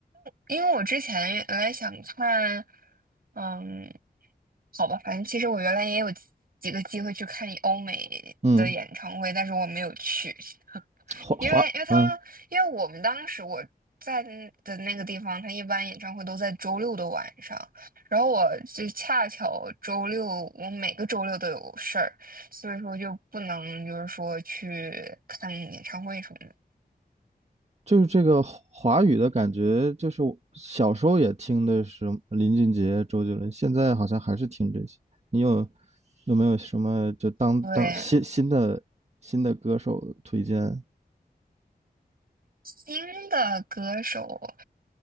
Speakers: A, on the right; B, on the right.
A: 因为我之前原来想看，嗯，好吧，反正其实我原来也有几个机会去看欧美的演唱会，
B: 嗯，
A: 但是我没有去，
B: 华华嗯，
A: 因为因为他们因为我们当时我在的那个地方，他一般演唱会都在周六的晚上，然后我就恰巧周六我每个周六都有事儿，所以说就不能就是说去看演唱会什么的。
B: 就是这个华华语的感觉，就是我小时候也听的是林俊杰、周杰伦，现在好像还是听这些。你有有没有什么就当当新新的新的歌手推荐？
A: 对，新的歌手。